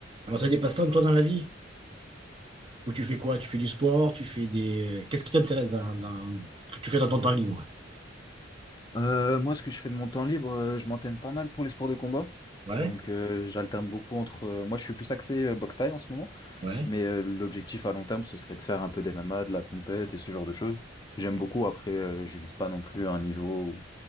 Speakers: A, on the right; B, on the left.
A: Alors, tu as des passe-temps, toi, dans la vie? Ou tu fais quoi? Tu fais du sport? Tu fais des... euh, Qu'est-ce qui t'intéresse dans, dans- que tu fais dans ton temps libre?
B: Euh, moi, ce que je fais de mon temps libre, euh, je m'entraîne pas mal pour les sports de combat.
A: Ouais,
B: Donc, euh, j'alterne beaucoup entre. euh, moi, je suis plus axé euh, boxe thaï en ce moment,
A: ouais.
B: mais euh, l'objectif à long terme, ce serait de faire un peu d'MMA, de la compète et ce genre de choses. J'aime beaucoup. Après, euh, je vise pas non plus un niveau ou